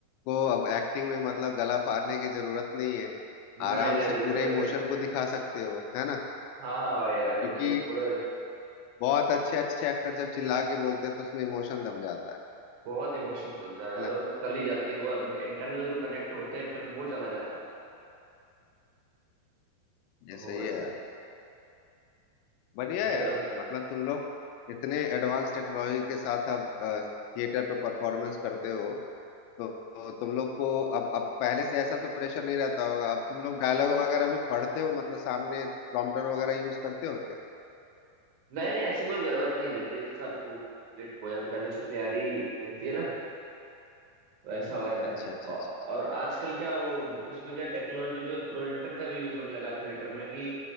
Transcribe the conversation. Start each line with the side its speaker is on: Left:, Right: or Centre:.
Left: को अब एक्टिंग में मतलब गला फाड़ने की जरूरत नहीं है
Right: नहीं
Left: आराम
Right: नहीं
Left: से
Right: बिल्कुल
Left: पूरे इमोशन को दिखा सकते हो है ना
Right: हाँ हाँ भाई है, बिल्कुल
Left: क्योंकि
Right: पूरा
Left: बहुत अच्छे अच्छे एक्टर जब चिल्ला के बोलते हैं तो उसमें इमोशन दब जाता है
Right: बहुत इमोशन चलता है
Left: है ना
Right: और चली जाती है वो इंटरनल जो कनेक्ट होते हैं एक्टर वो चला जाता है
Left: ये
Right: वो
Left: सही
Right: वैसा
Left: है यार। बढ़िया
Right: ये
Left: यार मतलब तुम लोग इतने एडवांस टेक्नोलॉजी के साथ अब थिएटर पे परफॉर्मेंस करते हो तो, तो तुम लोग को अब अब पहले से ऐसा तो प्रेशर नहीं रहता होगा अब तुम लोग डायलॉग वगैरह भी पढ़ते हो मतलब सामने प्रॉम्प्टर वगैरह यूज करते हो क्या
Right: नहीं नहीं ऐसी कोई जरूरत नहीं रहती है तो सब कंप्लीट हो जाता है पहले से तैयारी रहती है ना वैसा हो जाता
Left: अच्छा
Right: है
Left: अच्छा
Right: औ,
Left: अच्छा अच्छा
Right: और आजकल क्या वो उसमें क्या टेक्नोलॉजी में प्रोजेक्टर का भी यूज होने लगा थिएटर में कि